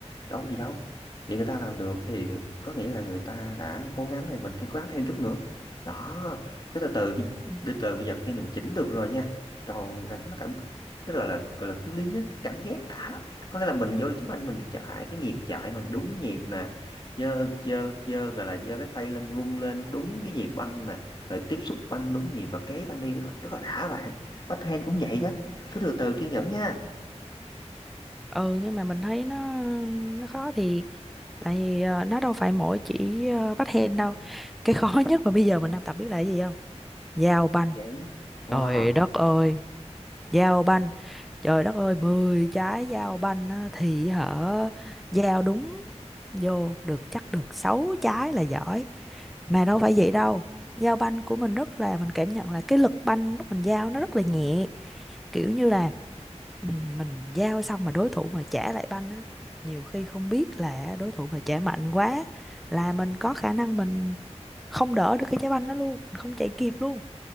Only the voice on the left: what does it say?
đâu có gì đâu vậy người ta làm được thì có nghĩa là người ta đã cố gắng thì mình thì cố gắng thêm chút nữa đó cái từ từ khi
từ từ bây giờ khi mình chỉnh được rồi nha trầu đánh nó cảm cái gọi là gọi là feeling á cái cảm giác đã lắm có nghĩa là mình vô chứ anh mình chạy cái nhịp chạy mình đúng nhịp nè giơ giơ giơ gọi là giơ cái tay lên vung lên đúng cái nhịp banh nè rồi tiếp xúc banh đúng nhịp và kế banh đi rất là, rất là đã bạn backhand cũng vậy đó cứ từ từ kiên nhẫn nha
Như vậy wow